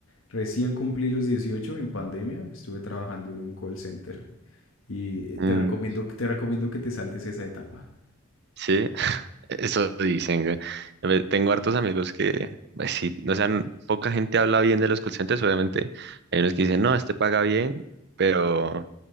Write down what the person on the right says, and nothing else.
Mm,
sí, <laughs> eso dicen. güey. A ver, Tengo hartos amigos que, pues sí, o sea, n- poca gente habla bien de los call centers, obviamente. Hay unos que dicen, no, este paga bien, pero,